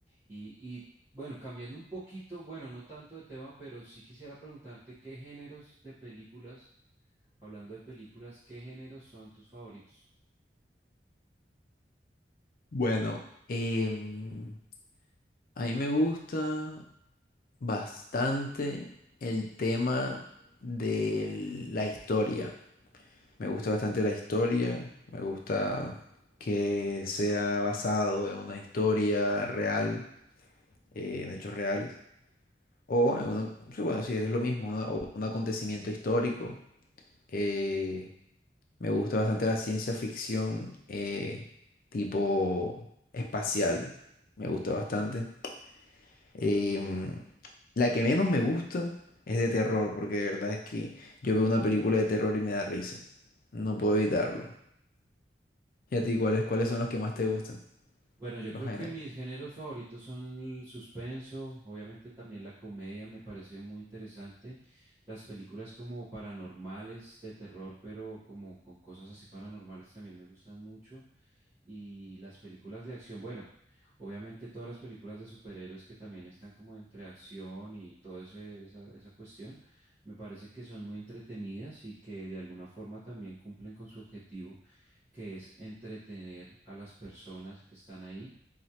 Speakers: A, on the right; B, on the left.
A: Y, y bueno, cambiando un poquito, bueno, no tanto de tema, pero sí quisiera preguntarte qué géneros de películas, hablando de películas, qué géneros son tus favoritos.
B: Bueno, em, a mí me gusta. bastante el tema de la historia. Me gusta bastante la historia, me gusta que sea basado en una historia real, eh, en hechos reales, o en una- sí, bueno, sí, es lo mismo, una- o un acontecimiento histórico. Eh, me gusta bastante la ciencia ficción eh, tipo espacial, me gusta bastante. Em, la que menos me gusta es de terror, porque de verdad es que yo veo una película de terror y me da risa. No puedo evitarlo. ¿Y a ti cuáles, cuáles son los que más te gustan?
A: Bueno, yo
B: Los
A: creo
B: géneros.
A: que mis géneros favoritos son el suspenso, obviamente también la comedia me parece muy interesante, las películas como paranormales de terror, pero como con cosas así paranormales también me gustan mucho, y las películas de acción, bueno, obviamente todas las películas de superhéroes que también están como entre acción y toda esa, esa cuestión, me parece que son muy entretenidas y que de alguna forma también cumplen con su objetivo, que es entretener a las personas que están ahí